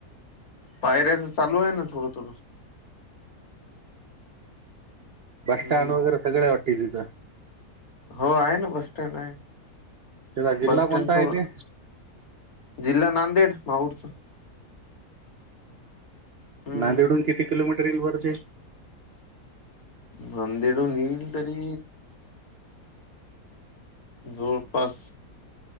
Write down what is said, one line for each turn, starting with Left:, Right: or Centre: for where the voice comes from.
Left: पायऱ्याचं चालू आहे ना थोडं-थोडं.
Right: बस
Left: हम्म
Right: स्टँड वगैरे सगळं आहे वाटते तिथं.
Left: हो आहे ना बस स्टॅन्ड आहे
Right: त्याचा जिल्हा
Left: बस स्टँड
Right: कोणता
Left: थोडं
Right: आहे ते
Left: जिल्हा नांदेड माऊरचा. हम्म
Right: नांदेडून किती किलोमीटर येईल बरं ते?
Left: मंदिरून येईल तरी जवळपास